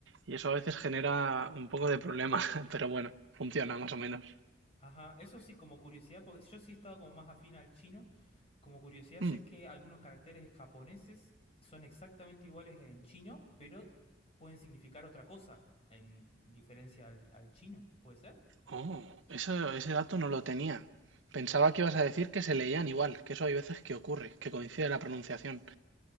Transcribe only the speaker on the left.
Ajá, eso sí, como curiosidad, porque yo sí he estado como más afín al chino. Como curiosidad, sé
que algunos caracteres japoneses son exactamente iguales en chino, pero pueden significar otra cosa en diferencia al, al chino, ¿puede ser?